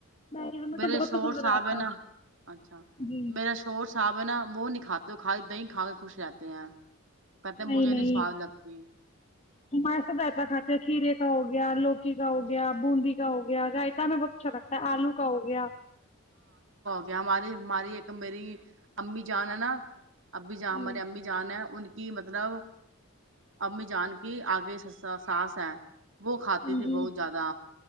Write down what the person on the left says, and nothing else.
نہیں ہمیں
تو بہت
پسند
رہتا
جی
نہیں
نہیں
ہم س بتا کھاتے ہیں کھیر ایک کا ہو گیا لوکی کا ہو گیا بوندی کا ہو گیا رائتا میں بہت اچھا لگتا ہے آلو کا ہو گیا
جی
ہاں
جی